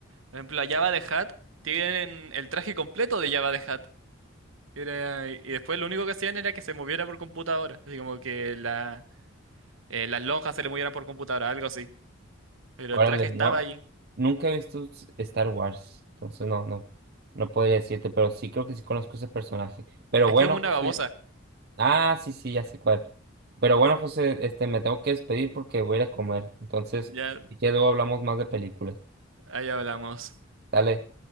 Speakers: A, on the right; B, on the right.
A: por ejemplo, a Jabba the Hutt, tienen el traje completo de Jabba the Hutt. Era- y después lo único que hacían era que se moviera por computadora, así como que la, eh, las lonjas se le movieran por computadora, algo así. Pero
B: Órale,
A: el traje estaba
B: no,
A: ahí.
B: nunca he visto s- Star Wars, entonces no, no, no podría decirte, pero sí creo que sí conozco ese personaje. Pero
A: Es
B: bueno,
A: que es como
B: pues
A: una babosa.
B: Ah, sí, sí, ya sé cuál. Pero bueno, José, este, me tengo que despedir porque voy a ir a comer. Entonces,
A: Ya,
B: si quedo, hablamos más de películas.
A: ahí hablamos.
B: Dale.